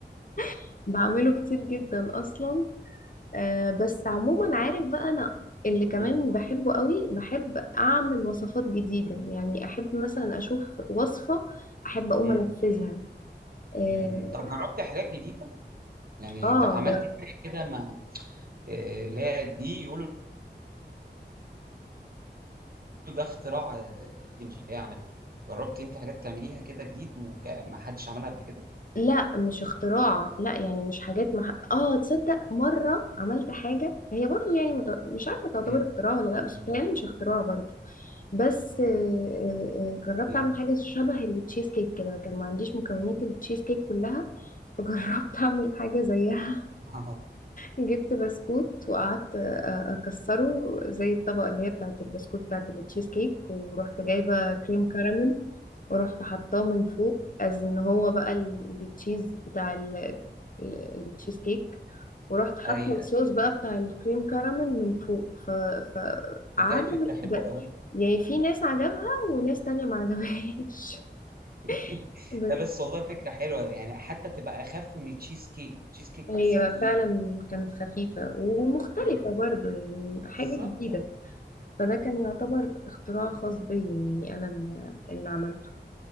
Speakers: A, on the left; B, on the right.
A: <laughs> بعمله كتير جدا أصلا آه بس عموما عارف بقى أنا اللي كمان
B: مم.
A: بحبه قوي بحب أعمل وصفات جديدة يعني أحب مثلا أشوف وصفة أحب أقوم
B: مم.
A: أنفذها اه
B: مم. مم. طب جربت حاجات جديده يعني
A: آه،
B: ت- عملت
A: جر...
B: حاجه كده ما آه، اللي هي دي يقولوا ده اختراع آه، انجي اللي هي عملته جربت انت حاجات تعمليها كده جديد وما حدش عملها قبل كده
A: لا مش اختراع لا يعني مش حاجات مح... اه تصدق مرة عملت حاجة هي برضو يعني مت... مش عارفة تعتبر
B: مم.
A: اختراع ولا لا بس
B: مم.
A: يعني مش اختراع برضو بس آه، آه، آه، جربت
B: ايه
A: اعمل حاجة شبه التشيز كيك كده كان ما عنديش مكونات التشيز كيك كلها فجربت <laughs> اعمل حاجة زيها
B: <laughs>
A: جبت بسكوت وقعدت أ- اكسره زي الطبقه اللي هي بتاعه البسكوت بتاعه التشيز كيك ورحت جايبه كريم كراميل ورحت حطاه من فوق از ان هو بقى ال- التشيز بتاع ال- ال- التشيز كيك ورحت حاطه
B: ايوه
A: الصوص بقى بتاع الكريم كراميل من فوق ف ف عجب
B: تلاقي فكره حلوه
A: ب-
B: قوي
A: يعني في ناس عجبها وناس تانية ما عجبهاش
B: <laughs>
A: <laughs> ب-
B: لا بس والله فكره حلوه يعني حتى تبقى اخف من التشيز كيك تشيز كيك
A: هي
B: بحسها تقيل
A: فعلا كانت خفيفة ومختلفة
B: مم.
A: برضو يعني حاجة
B: بالظبط
A: جديدة فده كان يعتبر اختراع خاص بيا يعني أنا اللي اللي عملته